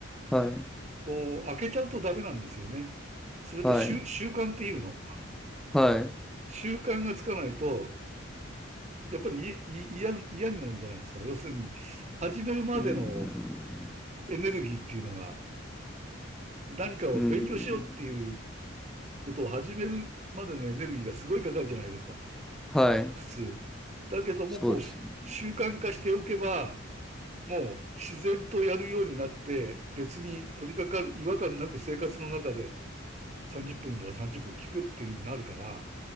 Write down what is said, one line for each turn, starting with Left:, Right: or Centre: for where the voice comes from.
Centre: はい。
Right: こう、開けちゃうとダメなんですよね。それと習、
Centre: はい。
Right: 習慣っていうの
Centre: はい。
Right: 習慣がつかないと、やっぱりいい嫌、嫌になるじゃないですか。要するに、始めるまでの
Centre: うん。
Right: エネルギーっていうのが、何かを勉強しようっていう
Centre: うん。
Right: ことを始めるまでのエネルギーがすごいかかるじゃないですか。
Centre: はい。
Right: 普通。だけども、
Centre: そうですよね。
Right: こう、習慣化しておけば、もう自然とやるようになって、別に取り掛かる、違和感なく生活の中で30分なら30分聞くっていう風になるから、